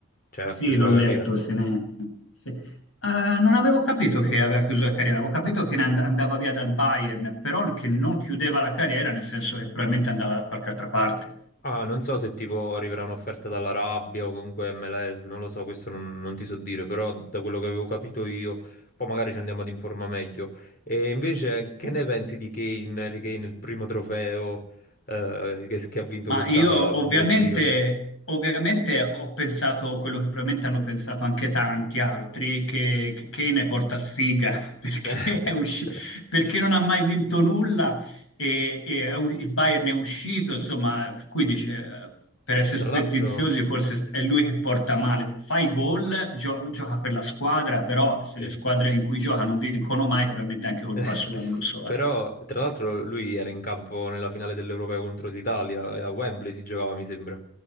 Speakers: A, on the left; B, on the left.
A: Cioè,
B: Sì,
A: ha chiuso
B: l'ho
A: la
B: letto.
A: carriera.
B: Se ne... se- Eh, non avevo capito che aveva chiuso la carriera, avevo capito che ne and- andava via dal Bayern, però che non chiudeva la carriera, nel senso che probabilmente andava da qualche altra parte.
A: Ah, non so se tipo arriverà un'offerta dall'Arabia o comunque MLS, non lo so, questo non, non ti so dire, però da quello che avevo capito io, poi magari ci andiamo ad informare meglio. E invece, che ne pensi di Kane, Harry Kane, il primo trofeo eh, che, che ha vinto
B: Ma
A: quest'anno
B: io
A: la Bundesliga?
B: ovviamente, ovviamente ho pensato quello che probabilmente hanno pensato anche tanti altri, che, che Kane porta sfiga <laughs> perché,
A: <laughs>
B: è usci- perché non ha mai vinto nulla e, e è u- il Bayern è uscito, insomma, per cui dice, eh, per essere
A: Tra
B: superstiziosi
A: l'altro,
B: forse st- è lui che porta male. Fa i gol, gio- gioca per la squadra, però se
A: sì.
B: le squadre in cui gioca non vincono mai, probabilmente è anche colpa
A: <laughs>
B: sua, non lo so.
A: Però,
B: eh.
A: tra l'altro, lui era in campo nella finale dell'Europeo contro l'Italia, e a Wembley si giocava, mi sembra.